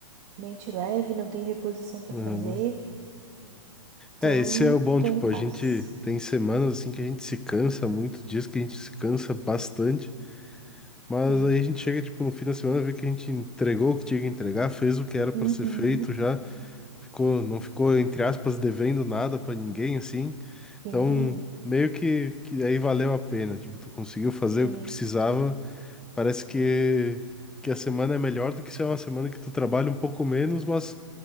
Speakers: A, on the right; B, in the centre.
A: mente leve, não tenho reposição pra
B: Uhum.
A: fazer. Então,
B: É, esse é o bom,
A: tô
B: tipo,
A: em paz.
B: a gente tem semanas assim que a gente se cansa muito, dias que a gente se cansa bastante. Mas
A: Sim.
B: aí a gente chega, tipo, no fim da semana, vê que a gente entregou o que tinha que entregar, fez o que era
A: Uhum.
B: para ser feito já, ficou, não ficou, entre aspas, devendo nada para ninguém, assim.
A: Sim,
B: Então, meio que, que aí valeu a pena, tipo, tu conseguiu fazer
A: sim.
B: o que precisava, parece que, que a semana é melhor do que se é uma semana que tu trabalha um pouco menos, mas